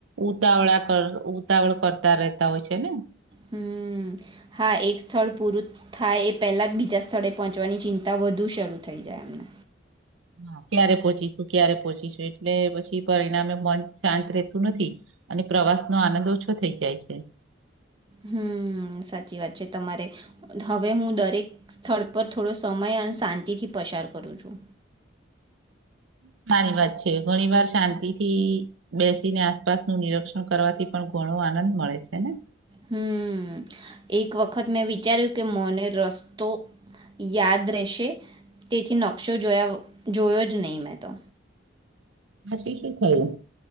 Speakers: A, on the right; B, on the right.
A: ઉતાવળા કર ઉતાવળ કરતા રહેતા હોય છે ને?
B: હમ હા એક સ્થળ પૂરું થાય એ પેલા જ બીજા સ્થળે પહોંચવાની ચિંતા વધુ શરૂ થઈ જાય એમને.
A: હા. ક્યારે પહોચીશું ક્યારે પહોચીશ એટલે પછી પરિણામે મન શાંત રતું નથી અને પ્રવાસ નો આનંદ ઓછો થઈ જાય છે.
B: હમ સાચી વાત છે તમારે હવે હું દરેક સ્થળ પર થોડો સમય અને શાંતિથી પસાર કરું છું.
A: હમ. સારી વાત છે ઘણી વાર શાંતિ થી બેસીને આસપાસનું નિરીક્ષણ કરવાથી પણ ઘણો આનંદ મળે છે ને?
B: હમ એક વખત મેં વિચાર્યું કે મને રસ્તો યાદ રહેશે તેથી નકશો જોયા જોયો જ નહી મેં તો
A: પછી શું થયું?